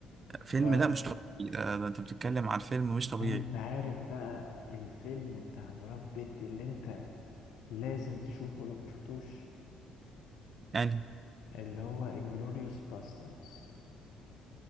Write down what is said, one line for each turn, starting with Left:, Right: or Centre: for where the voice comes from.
Right: فيلم
Left: و-
Right: لا مش طبيعي ده, ده انت بتتكلم عن فيلم مش طبيعي
Left: انت عارف بقى الفيلم بتاع براد بيت اللي انت لازم تشوفه لو ما شفتوش
Right: يعني
Left: اللي هو انجلوريوس باستردز